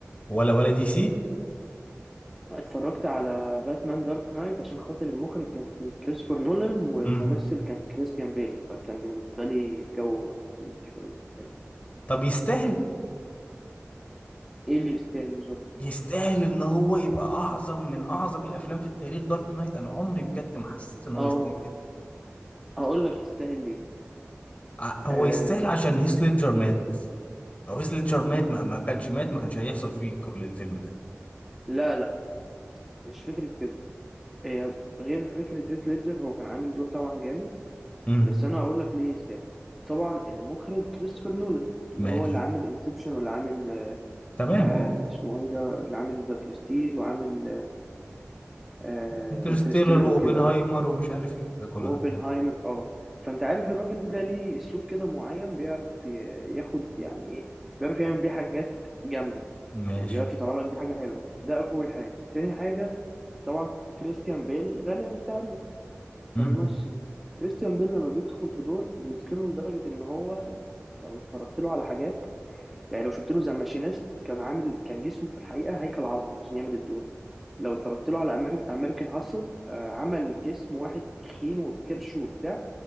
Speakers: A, on the left (about 30°); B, in the centre.
A: ولا ولا دي سي
B: اتفرجت على باتمان دارك نايت عشان خاطر المخرج كان كريستوفر نولان والممثل
A: امم
B: كان كريستيان بيل فكان بالنسبة لي الجو فيه شوية حلو
A: طب يستاهل
B: ايه اللي يستاهل بالظبط
A: يستاهل ان هو يبقى اعظم من اعظم الافلام في التاريخ دارك نايت انا عمري بجد ما حسيت ان هو
B: اه
A: يستاهل كده
B: هقول لك يستاهل ليه
A: ع- هو
B: آه
A: يستاهل عشان هيث ليدجر مات بس لو هيث ليدجر مات ما, ما كانش مات ما كانش هيحصل فيه كل الفيلم ده
B: لا لا مش فكرة كده هي غير فكرة هيث ليدجر هو كان عامل دور طبعا جامد
A: امم
B: بس انا هقول لك ليه يستاهل طبعا المخرج كريستوفر نولان اللي
A: ماشي
B: هو اللي عامل انسبشن واللي عامل
A: تمام
B: آه
A: اه
B: اسمه ايه ده اللي عامل ذا برستيج وعامل آه
A: انترستيلر
B: انترستيلر
A: واوبنهايمر
B: وكده فاهم
A: ومش عارف ايه وكده كله
B: واوبنهايمر
A: ده
B: اه فانت عارف الراجل ده ليه اسلوب كده معين بيعرف ي- ياخد يعني ايه بيعرف يعمل بيه حاجات جامده
A: ماشي
B: يعني بيعرف يطلع لك بيه حاجه حلوه ده اول حاجه تاني حاجه طبعا كريستيان بيل غني عن التعريف كممثل
A: امم
B: كريستيان بيل لما بيدخل في دور بيتقنه لدرجه ان هو لو اتفرجت له على حاجات يعني لو شفت له ذا ماشينيست كان عامل كان جسمه في الحقيقه هيكل عظمي عشان يعمل الدور لو اتفرجت له على امريكان هاسل آه، عمل جسم واحد تخين وبكرش وبتاع